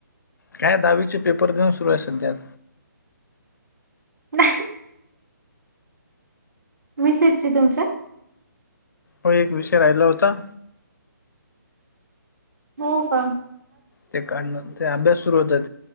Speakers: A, on the left; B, on the right.
A: काय? दहावीचे पेपर देऊ सुरू आहे सध्यात.
B: <unintelligible> मिसेसची तुमच्या
A: हो एक विषय राहिला होता.
B: हो का
A: ते काढ ते अभ्यास सुरू होता